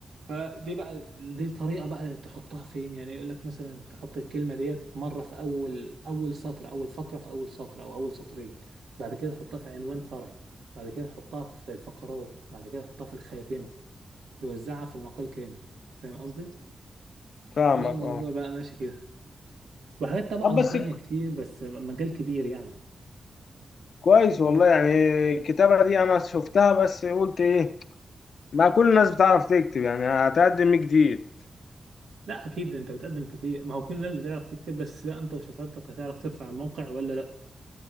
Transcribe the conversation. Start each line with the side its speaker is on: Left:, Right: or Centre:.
Right: فدي بقى دي طريقة بقى تحطها فين يعني يقول لك مثلا تحط الكلمة ديت مرة في أول أول سطر أول فقرة في أول سطر أو أول سطرين بعد كده تحطها في عنوان فرعي بعد كده تحطها في الفقرات بعد كده تحطها في الخاتمة توزعها في المقال كامل فاهم قصدي؟
Left: فاهمك
Right: يبقى الموضوع
Left: اه
Right: بقى ماشي كده وحاجات طبعا
Left: طب بس
Right: تانية كتير بس مجال كبير يعني
Left: كويس والله
Right: مم.
Left: يعني الكتابة دي انا شفتها بس قلت ايه ما كل الناس بتعرف تكتب يعني هتقدم ايه جديد
Right: لا أكيد أنت بتقدم كتير ما هو كل الناس بتعرف تكتب بس بقى أنت وشطارتك هتعرف ترفع الموقع ولا لا